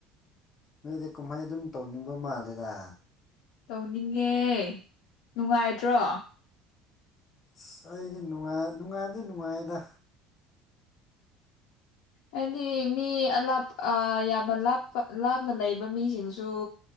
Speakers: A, on the left; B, on the left.
A: ꯅꯣꯏꯗꯤ ꯀꯨꯝꯍꯥꯏ ꯑꯗꯨꯝ ꯇꯧꯅꯤꯡꯕ ꯃꯥꯜꯂꯦꯗ
B: ꯇꯧꯅꯤꯡꯉꯦ ꯅꯨꯡꯉꯥꯏꯗ꯭ꯔꯣ
A: ꯑꯁ ꯑꯩꯗꯤꯅꯨꯡꯥꯏ ꯅꯨꯡꯉꯥꯏꯕꯁꯦ ꯅꯨꯡꯉꯥꯏꯗ
B: ꯍꯥꯏꯗꯤ ꯃꯤ ꯑꯥꯞ ꯌꯥꯝꯅ ꯂꯥꯞꯄ ꯂꯥꯞꯅ ꯂꯩꯕ ꯃꯤꯁꯤꯡꯁꯨ